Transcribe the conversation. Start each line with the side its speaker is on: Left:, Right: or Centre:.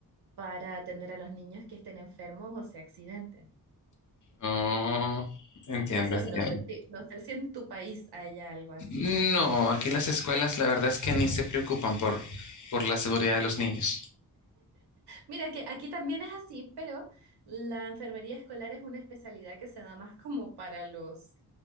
Right: para atender a los niños que estén enfermos o se accidenten.
Left: Oh, entiendo,
Right: Eso
Left: entiendo.
Right: no sé si, no sé si en tu país haya algo así.
Left: No, aquí las escuelas la verdad es que ni se preocupan por, por la seguridad de los niños.
Right: Mira que aquí también es así, pero la enfermería escolar es una especialidad que se da más como para los,